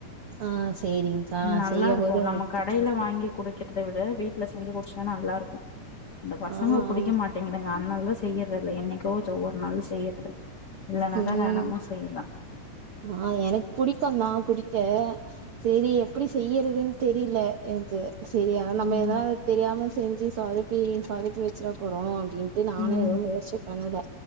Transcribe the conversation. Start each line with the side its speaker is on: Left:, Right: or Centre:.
Right: ஆ செரிங்க்கா
Left: நல்லா
Right: செய்யும்
Left: இருக்கு
Right: போது உங்ககிட்ட
Left: நம்ம கடையில
Right: கேக்குறே
Left: வாங்கி குடிக்க றத விட வீட்ல செஞ்சு குடிச்சன்னா நல்லாருக்கு இந்த பசங்க
Right: ஆ
Left: குடிக்க
Right: ஆம்
Left: மாட்டேங்குதுங்க அதனாலதா செய்யறதில்ல என்னைக் போது ஒரு நாள் செய்யறது இல்லனாக்கா
Right: உம்
Left: தெனமு செய்யலா
Right: ஆஹ் எனக்கு புடிக் க்குந்தா குடிக்க சரி எப்படி செய்யறதுன்னு தெரியல எனக்கு சரியா நம்ம
Left: ம்
Right: எதனாது தெரியாம செஞ்சு சொதப்பி சொதப்பி வச்சுற போறோ டின்ட்டு நானு
Left: ம்
Right: எதுவு முயற்சி பண்ணல